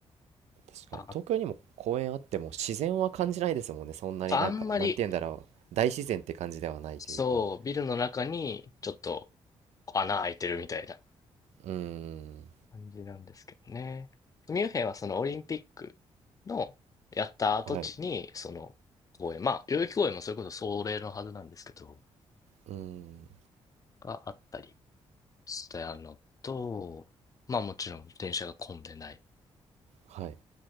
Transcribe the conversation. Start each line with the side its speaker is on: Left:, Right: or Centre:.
Right: 確かに。
Left: あ、
Right: 東京にも公園あっても自然は感じないですもんね。そんなになんか、
Left: あんまり、
Right: なんて言うんだろう。大自然って感じではないというか。
Left: そう、ビルの中にちょっと穴開いてるみたいな。
Right: うーん。
Left: 感じなんですけどね。ミュンヘンはそのオリンピックのやった跡地に、
Right: はい。
Left: その公園、まあ、代々木公園もそれこそそれのはずなんですけど、
Right: うーん。
Left: があったりしてあるのと、まあもちろん電車が混んでないっ
Right: はい。